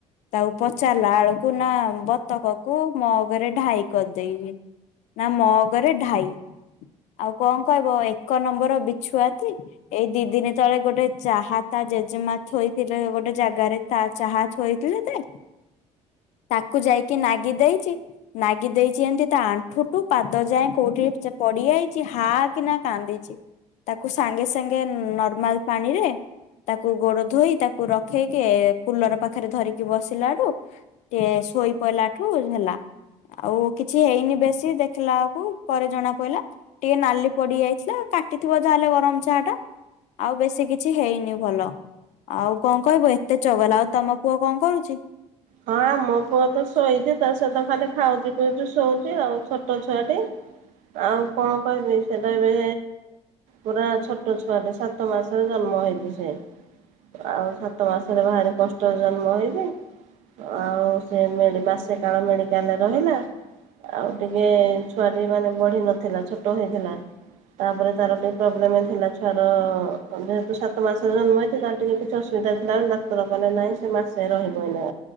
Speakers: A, on the left (about 70°); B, on the right (about 70°).
A: ତାକୁ ପଚାରିଲା ବେଳକୁ ନା ବତକକୁ ମଗରେ ଢାଇ କରିଦେଇଛିି ନା ମଗରେ ଢାଇ ଆଉ କଣ କହିବ ଏକ ନମ୍ବର ବିଛୁଆତି ଏଇ ଦି ଦିନ ତଳେ ଗୋଟେ ଚାହା ତା ଜେଜେମା ଥୋଇଥିଲେ ଗୋଟେ ଜାଗାରେ। ତା ଚାହା ଥୋଇଥିଲେ ଯେ ତାକୁ ଯାଇକି ନାଗି ଦେଇଛି। ନାଗି ଦେଇଛି ଏମିତି ତା ଆଣ୍ଠୁଠୁ ପାଦ ଯାଏ କୋଉଠି ପଡିଯାଇଛି ହା କିନା। କାନ୍ଦିଛି ତାକୁ ସାଙ୍ଗେ ସାଙ୍ଗେ ନର୍ମାଲ ପାଣିରେ ତାକୁ ଗୋଡ ଧୋଇ ତାକୁ ରଖେଇକି କୁଲର ପାଖରେ ଧରିକି ବସିଲା ଠୁ ଏ ଶୋଇପଇଲାଠୁ ହେଲା। ଆଉ କିଛି ହେଇନି ବେଶୀ ଦେଖିଲା ବେଳୁକୁ ପରେ ଜଣା ପଇଲା ଟିକେ ନାଲି ପଡିଯାଇ ଥିଲା କାଟିଥିବ ଯାହେଲେ ଗରମ ଚାହା ଟା ଆଉ ବେଶୀ କିଛି ହେଇନି ଭଲ। ଆଉ କଣ କହିବ ଏତେ ଚଗଲା, ଆଉ ତମ ପୁଅ କଣ କରୁଚି
B: ହଁ ଆମ ପୁଅ ତ ଶୋଇଚି ତା ସହିତ ଖାଲି ଖାଉଚି ପିଉଚି ଶୋଉଚି ଆଉ ଛୋଟ ଛୁଆଟି। ଆଉ କଣ କହିବି ସିଏତ ଏବେ ପୁରା ଛୋଟ ଛୁଆଟା ସାତ ମାସରେ ଜନ୍ମ ହେଇଛି ସିଏ। ଆଉ ସାତ ମାସରେ ଭାରି କଷ୍ଟରେ ଜନ୍ମ ହେଇଛିି। ଆଉ ସେ ମେଡ଼୍ ମାସେ କାଳ ମେଡିକାଲରେ ରହିଲା। ଆଉ ଟିକେ ଛୁଆଟି ମାନେ ବଢି ନଥିଲା ଛୋଟ ହେଇଥିଲା। ତାପରେ ତାର ଟିକେ ପ୍ରୋବ୍ଲେମ ଥିଲା ଛୁଆର ଯେହେତୁ ସାତ ମାସରେ ଜନ୍ମ ହେଇଥୂଲା ଟିକେ ଅସୁବିଧା ଥିଲା ବୋଲି ଡାକ୍ତର କହିଲେ ନାଇଁ ସେ ମାସେ ରହିବ ଏଇନା।